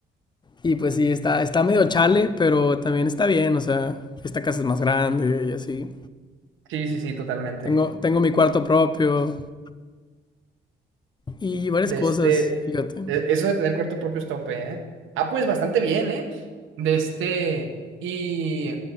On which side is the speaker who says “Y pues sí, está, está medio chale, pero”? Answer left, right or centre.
Left